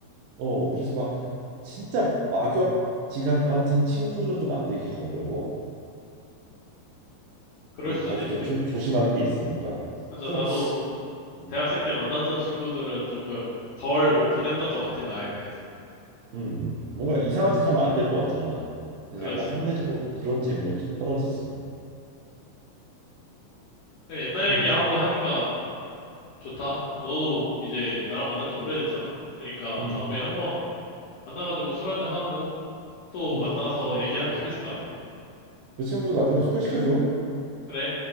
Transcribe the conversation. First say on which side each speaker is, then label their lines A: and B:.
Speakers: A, on the right (about 80°); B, on the left (about 80°).
A: 어 그래서 막 진짜 막역 지간 같은 친구는 또 만들기가 어려워.
B: 그럴
A: 왜냐면
B: 수는
A: 다들
B: 있겠네.
A: 또 조, 조심하는 게 있으니까.
B: 맞아,
A: 그래서
B: 나도
A: 음,
B: 대학생 때 만났던 친구들은 조금 덜 오픈했던 것 같아, 나에 대해서.
A: 음, 뭔가 이상한 짓 하면 안 될 것 같잖아. 그래서
B: 그렇지.
A: 약간 상대적으로 그런 재미는 좀 떨어지지.
B: 그래, 옛날
A: 음,
B: 얘기하고 하니까 좋다. 너도 이제 나랑 만난 지 오래됐잖아? 그러니까
A: 음.
B: 다음에 한번 만나가지고 술 한 잔하고 또
A: 음.
B: 만나서
A: 그,
B: 얘기하면 재밌을 것 같아.
A: 그 친구도 나중에 소개시켜줘.
B: 그래.